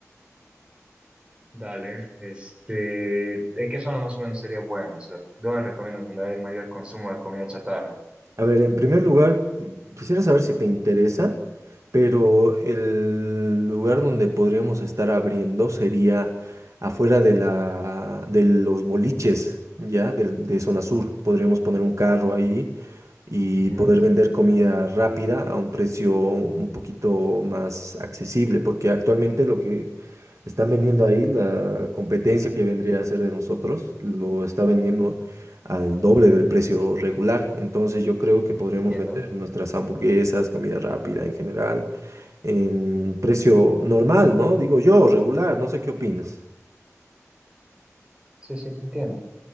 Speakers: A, on the right (about 20°); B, on the right (about 75°).
A: Dale, este, ¿en qué zona más o menos sería bueno? O sea, ¿dónde recomiendas donde hay mayor consumo de comida chatarra?
B: A ver, en primer lugar, quisiera saber si te interesa, pero el lugar donde podríamos estar abriendo sería afuera de la, de los boliches, ¿ya? del- De, Zona Sur. Podríamos poner un carro
A: Com-
B: ahí y
A: Ujú,
B: poder vender comida rápida a un precio un poquito más accesible, porque actualmente lo que están vendiendo ahí, la competencia que vendría a ser de nosotros, lo está vendiendo al doble del precio regular. Entonces yo creo que podremos
A: Entiendo.
B: vender nuestras hamburguesas, comida rápida en general, en precio normal, ¿no? Digo yo, regular, no sé qué opinas.
A: Sí, sí, te entiendo.